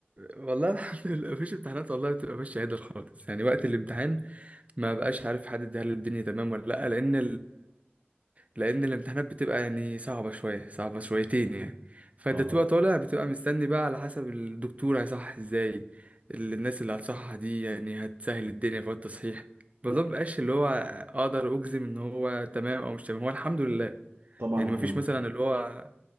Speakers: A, on the right; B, on the right.
A: والله الحمد لله مفيش امتحانات والله بتبقى ماشية عدل خالص يعني وقت الامتحان ما بقاش عارف حد هل الدنيا تمام ولا لأ لأن لان الامتحانات بتبقى يعني صعبه شويه صعبه شويتين يعني فانت
B: اه
A: بتبقى طالع بتبقى مستني بقى على حسب الدكتور هيصحح ازاي ال- الناس اللي هتصحح دي يعني هتسهل الدنيا في التصحيح الموضوع مبقاش اللي هو اقدر اجزم ان هو تمام او مش تمام هو الحمد لله
B: طبعا
A: يعني
B: احنا
A: مفيش
B: م-
A: مثلا اللي هو